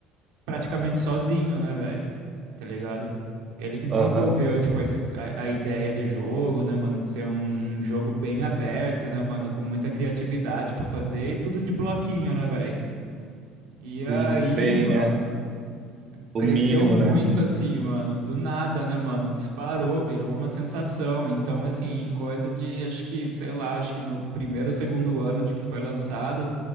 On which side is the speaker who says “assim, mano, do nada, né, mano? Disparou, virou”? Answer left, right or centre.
Right